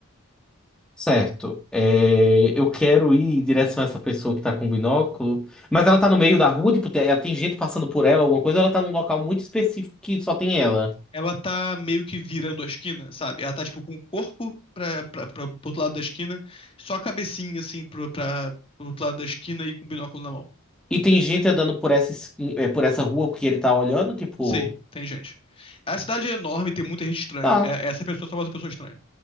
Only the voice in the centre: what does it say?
Certo. É, eu quero ir em direção a essa pessoa que tá com o binóculo. Mas ela tá no meio da rua, tipo, tem- ela tem gente passando por ela, alguma coisa, ou ela tá num local muito específico que só tem ela.
E tem gente andando por essa, es- eh, por essa rua porque ele tá olhando, tipo,
tá,